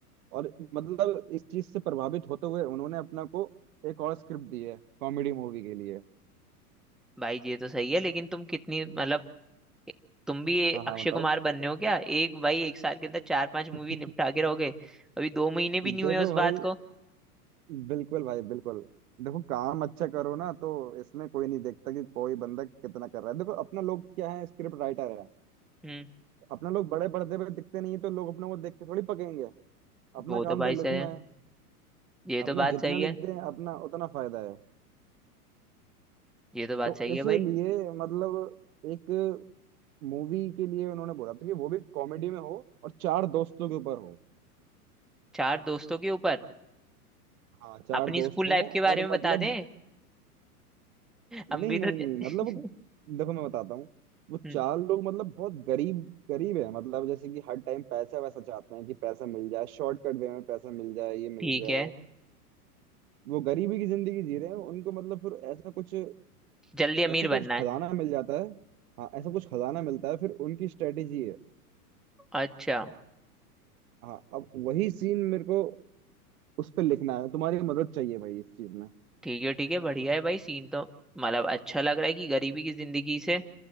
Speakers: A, on the right; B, in the centre.
A: और मतलब इस चीज से प्रभावित होते हुए उन्होंने अपना को एक और स्क्रिप्ट दी है कॉमेडी मूवी के लिए
B: भाई ये तो सही है लेकिन तुम कितनी मतलब तुम भी ये
A: हाँ हाँ
B: अक्षय
A: बताओ
B: कुमार बनने हो क्या एक भाई एक साल के अंदर चार पांच मूवी
A: <laughs>
B: निपटा के रहोगे अभी दो महीने भी नहीं हुए
A: देखो
B: उस
A: भाई
B: बात को
A: बिल्कुल भाई बिल्कुल देखो काम अच्छा करो ना तो इसमें कोई नहीं देखता कि कोई बंदा कितना कर रहा है देखो अपना लोग क्या है स्क्रिप्ट राइटर है
B: हम्म
A: अपना लोग बड़े पर्दे पे दिखते नहीं है तो लोग अपने को देख के थोड़ी पकेंगे अपना
B: वो
A: काम
B: तो भाई
A: तो
B: सही
A: लिखना
B: है
A: है
B: ये तो
A: अपना
B: बात
A: जितना
B: सही
A: लिख
B: है
A: दें अपना उतना फायदा है
B: ये तो बात
A: तो
B: सही
A: इसलिए
B: है भाई
A: मतलब एक मूवी के लिए उन्होंने बोला था कि वो भी कॉमेडी में हो और चार दोस्तों के ऊपर हो
B: चार दोस्तों के ऊपर
A: हाँ चार
B: अपनी
A: दोस्त
B: स्कूल
A: हों
B: लाइफ के बारे
A: और
B: में बता
A: मतलब
B: दें हम
A: नहीं
B: भी
A: नहीं
B: तो
A: नहीं मतलब वो
B: <laughs>
A: देखो मैं बताता हूँ वो
B: हम्म,
A: चार लोग मतलब बहुत गरीब गरीब है मतलब जैसे कि हर टाइम पैसा वैसा चाहते हैं कि पैसा मिल जाए शॉर्टकट वे में पैसा मिल जाए ये
B: ठीक
A: मिल जाए
B: है
A: वो गरीबी की जिंदगी जी रहे हैं उनको मतलब फिर ऐसा कुछ
B: जल्दी अमीर
A: ऐसा
B: बनना
A: कुछ खजाना
B: है
A: मिल जाता है हाँ ऐसा कुछ खजाना मिलता है फिर उनकी स्ट्रेटेजी है
B: अच्छा
A: हाँ अब वही सीन मेरे को उस पर लिखना है तुम्हारी मदद चाहिए भाई इस चीज में
B: ठीक है ठीक है बढ़िया है भाई सीन तो मतलब अच्छा लग रहा है कि गरीबी की जिंदगी से